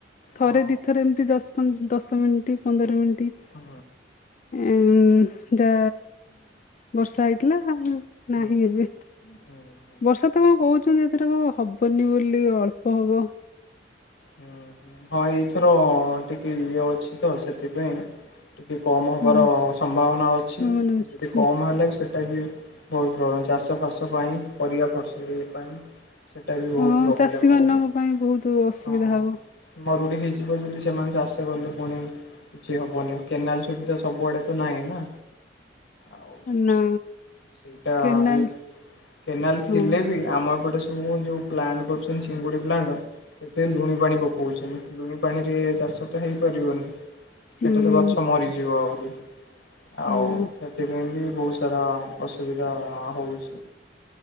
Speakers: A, on the left (about 45°); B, on the left (about 90°).
A: ଥରେ
B: ହଁ
A: ଦିଥରେ ଏମିତିଶ ଦଶ ପ ଦଶ ମିନିଟ ପନ୍ଦର ମିନିଟ-
B: ହୁଁ
A: ଏଁ ଦ ବର୍ଷା ହେଇଥିଲା।
B: ହୁଁ
A: ନାହିଁ ଏବେ।
B: ହୁଁ ହୁଁ
A: ବର୍ଷା ତ କଁ କୋହୁଚନ୍ତି ଏଥର ହବନି ବୋଲି ଅଳ୍ପ ହବ।
B: ହୁଁ ହୁଁ ହଁ ଏଇଥର ଟିକେ ଇଏ ଅଛି ତ ସେଥିପାଇଁ ଟିକେ କମ୍ ହେବାର
A: ହୁଁ।
B: ସମ୍ଭାବନା ଅଛି
A: ମାନେ ଅଛି
B: ଯଦି କମ୍ ହେଲା ବି ସେଇଟା ବି ବହୁତ ପ୍ରୋବ୍ଲେମ ଚାଷ ଫାସ ପାଇଁ ପରିବା ଫସଲି ପାଇଁ ସେଟା ବି ବହୁତ
A: ହଁ
B: ପ୍ରୋବ୍ଲେମ
A: ଚାଷୀ ମାନଙ୍କ
B: ହଉନି
A: ପାଇଁ ବହୁତ ଅସୁବିଧା
B: ହଁ
A: ହବ।
B: ମରୁଡି ହେଇଯିବ ଯଦି? ସେମାନେ ଚାଷ କଲେ ପୁଣି କିଛି ହବନି କେନାଲ ସୁବିଧା ସବୁଆଡେ ତ ନାହିଁ ନା? ଆଉ
A: ନା।
B: ସେଇଟା
A: କେନାଲ
B: ଏଇ କେନାଲ ଥିଲେ
A: ହଁ
B: ବି ଆମପଟେ ତ ଯଉ ପ୍ଲାଣ୍ଟ କରୁଛନ୍ତି ଚିଙ୍ଗୁଡି ପ୍ଲାଣ୍ଟ ସେଥିରେ ଲୁଣିପାଣି ପକଉଛନ୍ତି ଲୁଣିପାଣିରେ ଚାଷ ତ ହେଇପାରିବନି
A: ହୁଁ
B: ସେଟା ତ ଗଛ ମରିଯିବ ଆହୁରି ଆଉ
A: ହଁ।
B: ସେଥିପାଇଁ ବି ବହୁତ ସାରା ଅସୁବିଧା ହଉଛି।